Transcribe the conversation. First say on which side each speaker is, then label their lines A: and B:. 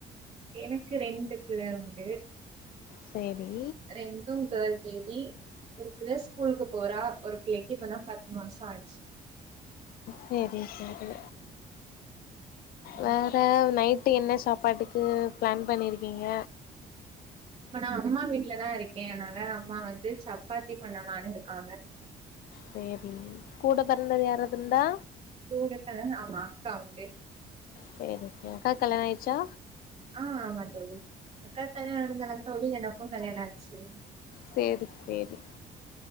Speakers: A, on the right; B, on the left.
A: எனக்கு ரெண்டு பிள்ளைகள் உண்டு
B: சேரி
A: ரெண்டும் கேள் பேபி ஒரு பிள்ள ஸ்கூலுக்கு போறா ஒரு பிள்ளைக்கு இப்பதா பத் மாச ஆய்ட்ச்சி
B: சேரி சேரி
A: ம்,
B: வேற நைட் ட்டு என்ன சாப்பாட்டுக்கு பிளான் பண்ணிருக்கீங்க
A: இப்ப நா அம்மா வீட்டலதா இருக்கே அதனால அம்மா வந்து சப்பாத்தி பண்ணலானு இருக்காங்க
B: சேரி கூட பெறந்தது யாராவதுண்டா
A: கூட பெறந்து ஆமா அக்கா உண்டு
B: சேரி சேரி அக்காக் கல்யாண ஆய்ர்ச்சா
A: ஆ ஆமா தோழி அக்காக் கல்யாண நடந்தாலா தோழி எனக்கு கல்யாணோ ஆச்சி
B: சேரி சேரி